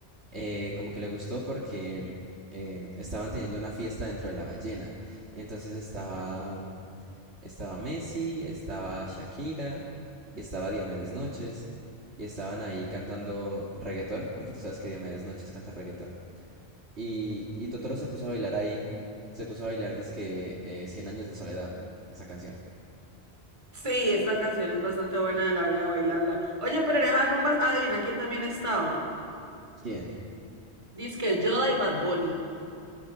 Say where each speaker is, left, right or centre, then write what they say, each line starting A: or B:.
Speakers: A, on the right (about 80°); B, on the right (about 30°).
A: eh, como que le gustó porque eh, estaban teniendo una fiesta dentro de la ballena. Y entonces estaba, estaba Messi, estaba Shakira, y estaba Diomedes Noches, y estaban ahí cantando reggaetón, porque tú sabes que Diomedes Noches canta reggaetón. Y, y Totoro se puso a bailar ahí. Se puso a bailar, dizque eh, 100 años de soledad, esa canción.
B: Sí, esta canción es bastante buena a la hora de bailarla. Oye, pero en esas rumbas, adivina quién también estaba.
A: ¿Quién?
B: Dice Yoda y Bad Bunny.